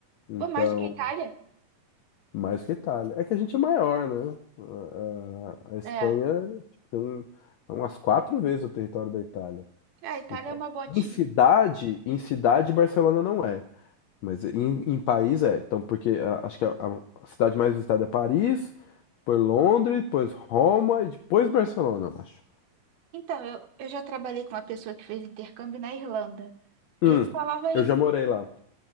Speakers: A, on the left; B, on the right.
A: então
B: Pô, mais do que a Itália?
A: mais que Itália. É que a gente é maior, né? A, a- a Espanha
B: É.
A: tipo, tem um- é umas quatro vezes o território da Itália.
B: É, a Itália
A: Então,
B: é uma botinha.
A: em cidade, em cidade, Barcelona não é. Mas em, em país é. Então, porque a- acho que a, a- a cidade mais visitada é Paris, depois Londres, depois Roma e depois Barcelona, eu acho.
B: Então, eu, eu já trabalhei com uma pessoa que fez intercâmbio na Irlanda. E
A: Hum,
B: ele falava isso.
A: eu já morei lá.